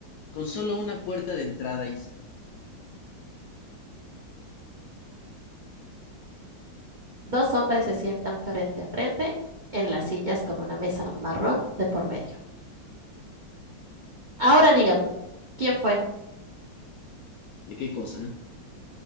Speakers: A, on the left; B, on the right.
A: con solo una puerta de entrada y salida.
B: Dos hombres se sientan frente a frente en las sillas con una mesa marrón de por medio. Ahora dígame, ¿quién fue?
A: ¿De qué cosa?